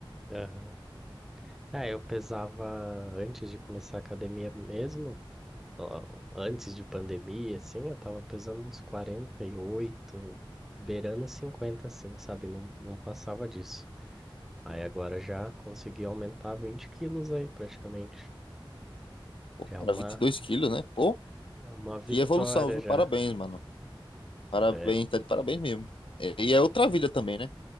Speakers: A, in the centre; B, on the left.
A: Aham. É, eu pesava antes de começar a academia mesmo, ó, antes de pandemia, assim, eu tava pesando uns quarenta e oito beirando 50 assim, sabe? Não, não passava disso. Aí agora já consegui aumentar 20 quilos aí, praticamente. Já é
B: Era
A: uma
B: vinte e dois quilos, né? Pô,
A: É Uma vitória
B: que evolução, viu?
A: já.
B: Parabéns, mano. Parabéns,
A: É,
B: tá de parabéns mesmo. E e é outra vida também, né?